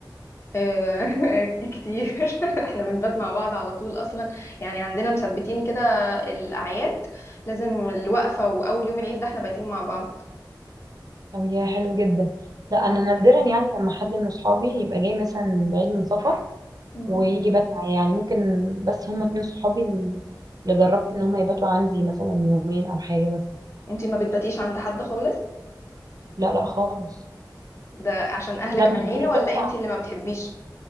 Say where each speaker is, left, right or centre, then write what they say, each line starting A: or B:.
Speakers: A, on the left (about 35°); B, on the right (about 55°).
A: آه، <laughs> كتير <laughs> احنا بنبات مع بعض على طول اصلا يعني عندنا مثبتين كده الاعياد لازم الوقفه واول يوم العيد ده احنا بايتين مع بعض
B: طب يا حلو جدا لا
A: اه
B: انا نادرا يعني لما حد من صحابي يبقى جاي مثلا بعيد من سفر
A: مم.
B: ويجي بات معايا يعني ممكن بس هم اتنين صحابي ال- اللي جربت ان هم يباتوا عندي مثلا يومين او حاجه بس
A: انتي ما بتباتيش عند حد خالص
B: لا لا خالص
A: ده عشان اهلك
B: انا
A: مانعين
B: مش مش
A: ولا
B: بس
A: انتي اللي ما بتحبيش